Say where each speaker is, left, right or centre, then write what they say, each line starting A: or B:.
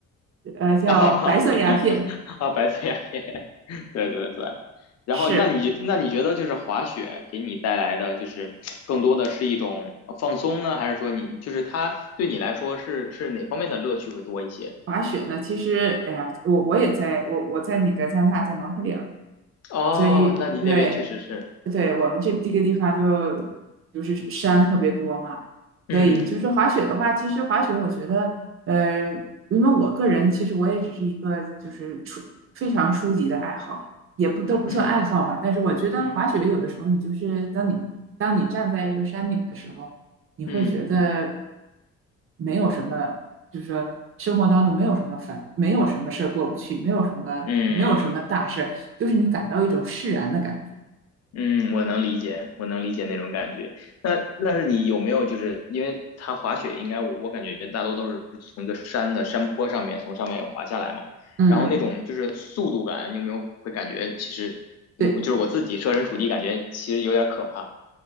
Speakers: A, on the right; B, on the left.
A: 呃，叫白色鸦片。
B: 然后 <laughs> 啊，白色鸦片，对对对。然后，
A: 是
B: 那你那你觉得就是滑雪给你带来的，就是更多的是一种放松呢，还是说你就是它对你来说是是哪方面的乐趣会多一些？
A: 滑雪呢，其实，哎呀，我我也在，我我在那个加拿大，在蒙特利尔，
B: 哦，
A: 所以哦对
B: 那你那边确实是，
A: 对，我们这这个地方就就是山特别多嘛，
B: 嗯
A: 所以就是滑雪的话，其实滑雪我觉得，呃，因为我个人其实我也只是一个就是初非常初级的爱好，也不都不算爱好吧，
B: 嗯
A: 但是我觉得滑雪有的时候你就是当你当你站在这个山顶的时候，
B: 嗯
A: 你会觉得
B: 嗯嗯。
A: 没有什么，就是说生活当中没有什么烦，没有什么事儿过不去，没有什么没有什么大事儿，
B: 嗯
A: 就是你感到一种释然的感觉，
B: 嗯，我能理解，我能理解那种感觉。那那是你有没有就是因为它滑雪，应该我我感觉大多都是从一个山的山坡上面从上面滑下来嘛，
A: 嗯。
B: 然后那种就是速度感，你有没有会感觉其实
A: <laughs> 对，
B: 我就是我自己设身处地感觉其实有点可怕。